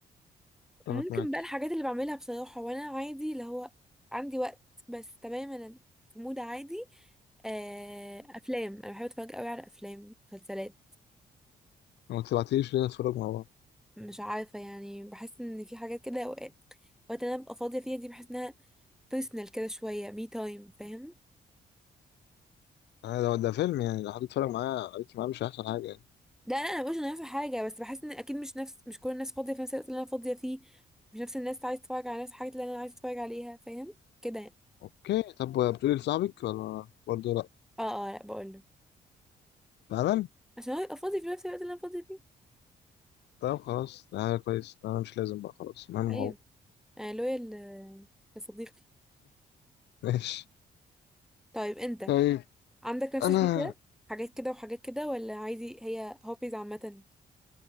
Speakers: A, on the left; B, in the centre.
A: اتفق
B: ممكن
A: معاك
B: بقى الحاجات اللي بعملها بصراحه وانا عادي اللي هو عندي وقت بس تمام انا في مود عادي آه... افلام انا بحب اتفرج قوي على افلام مسلسلات
A: ما تبعتليش ليه نتفرج مع بعض
B: مش عارفه يعني بحس ان في حاجات كده اوقات وقت انا ببقى فاضيه فيها دي بحس انها بيرسونال كده شويه مي تايم فاهم
A: آه، ده ده فيلم يعني لو حد اتفرج معايا عليك معاه مش هيحصل حاجة يعني
B: ده انا انا مش انا في حاجه بس بحس ان اكيد مش نفس مش كل الناس فاضيه في نفس الوقت اللي انا فاضيه فيه مش نفس الناس عايز تتفرج على نفس الحاجات اللي انا عايز اتفرج عليها فاهم كده يعني.
A: اوكي طب بتقولي لصاحبك ولا برضه لا
B: اه اه لا بقول له
A: فعلا
B: عشان هو يبقى فاضي في نفس الوقت اللي انا فاضيه فيه
A: طب خلاص ده حاجة كويس انا مش لازم بقى خلاص المهم
B: ايوه
A: هو
B: انا لويا لصديقي
A: <laughs> ماشي
B: طيب انت
A: طيب
B: عندك نفس
A: انا
B: الفكره حاجات كده وحاجات كده ولا عادي هي هوبيز عامه